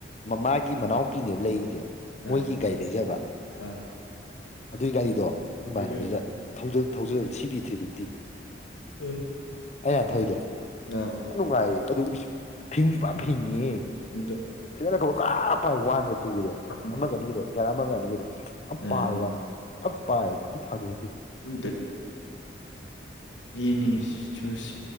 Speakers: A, on the left (about 35°); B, on the left (about 80°).
A: ꯃꯃꯥꯒꯤ ꯃꯅꯥꯎꯄꯤꯅꯦꯕ ꯂꯩꯔꯤꯁꯦ ꯃꯣꯏꯒꯤ
B: ꯑꯥ
A: ꯒꯥꯔꯤ ꯂꯩꯖꯕ
B: ꯑꯥ
A: ꯑꯗꯨꯏ ꯒꯥꯔꯤꯗꯣ ꯏꯃꯥꯟꯅꯕꯕꯤꯁꯤꯗ
B: ꯑꯗꯨꯒꯥꯏꯗꯣ
A: ꯊꯧꯖ ꯊꯕꯤ ꯊꯤꯕꯤꯛꯇꯤ
B: ꯑꯥ
A: ꯑꯩꯩꯅꯥꯟ ꯊꯧꯏꯗꯣ
B: ꯑꯥ
A: ꯌꯥꯝ ꯅꯨꯡꯉꯥꯏꯌꯦ ꯑꯗꯨ ꯐꯤꯡ ꯐꯤꯡꯉꯤ
B: ꯑꯗꯣ
A: ꯁꯤꯗꯅ ꯈꯕꯔ ꯈꯔ ꯄꯥꯏ ꯋꯥꯟꯒ ꯇꯨꯒꯗꯣ
B: ꯎꯝ
A: ꯑꯃꯒ ꯑꯅꯤꯒꯤꯗꯣ ꯌꯥꯔ ꯑꯃꯒꯅꯤ ꯗ ꯄꯥꯏ
B: ꯑꯥ
A: ꯄꯥꯏ ꯐꯥꯒꯦ
B: ꯎ ꯌꯦꯅꯤꯡꯉ ꯆꯁꯤ